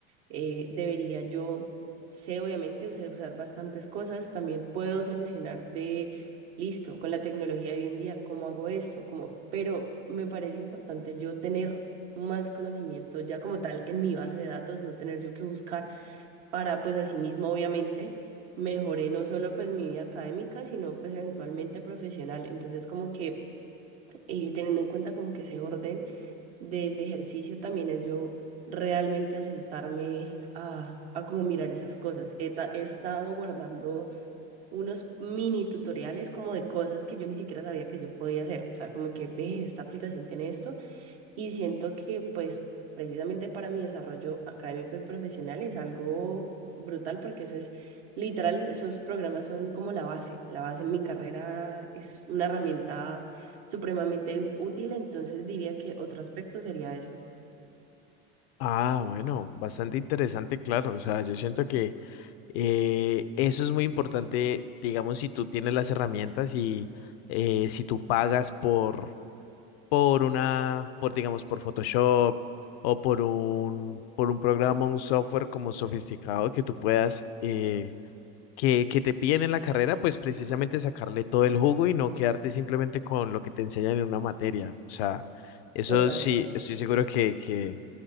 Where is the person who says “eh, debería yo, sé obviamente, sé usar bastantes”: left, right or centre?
Right